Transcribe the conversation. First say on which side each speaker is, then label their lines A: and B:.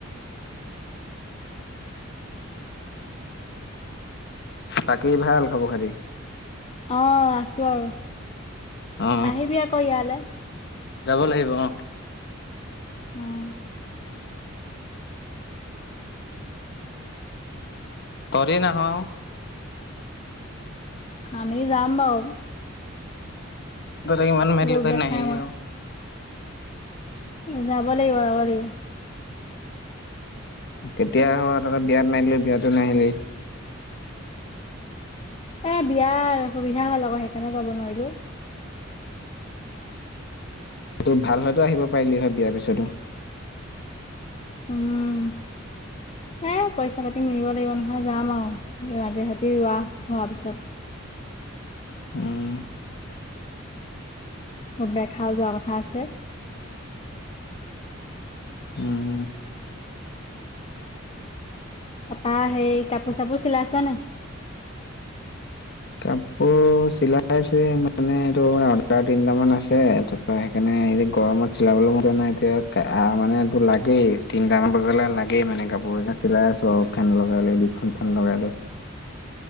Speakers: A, on the left; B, on the left.
A: <inaudible>
B: বাকেই ভাল খবৰ খতি
A: অ', আছো আৰু
B: অ
A: আহিবি আকৌ ইয়ালৈ।
B: যাব লাগিব অ'
A: <unintelligible>
B: তহঁতি নাহো।
A: আমি যাম বাৰু
B: তহঁতক কিমান মাতি
A: ৰূপৰেখাই
B: কৰি ত নাহিলি অ',
A: যবা লাগিব। যাব লাগিব।
B: কেতিয়া তহঁত বিয়াত মাতিলোঁ বিয়াতো নাহিলি।
A: এ বিয়াৰ সুবিধা হলোঁ সেইকাৰণে যাব নোৱাৰিলো।
B: তোৰ ভাল হয়তো আহিব পাৰিলি হয় বিয়াৰ পিছতো।
A: উম', এ পইচা-পাতি মিলিব লাগিব নহয় যাম আৰু ৰাতি ৰাতি ৰোৱা হোৱাৰ পিছত।
B: উম
A: বেটাও যোৱা কথা আছে।
B: উম
A: তাৰ পৰা সেই কাপোৰ চাপোৰ চিলাইছা নে নাই?
B: কাপোৰ চিলাইছ মানে এইটো অৰ্ডাৰ তিনটামান আছে তাৰ পৰা সেইকাৰণে গৰমত চিলাবলৈ মন যোৱা নাই। এতিয়া মানে এইটো লাগেই তিনিটামান বজালে লাগেই মানে কাপোৰ এ চিলাই আছো আৰু ফেন লগাই। দুখন ফেন লগাইলো।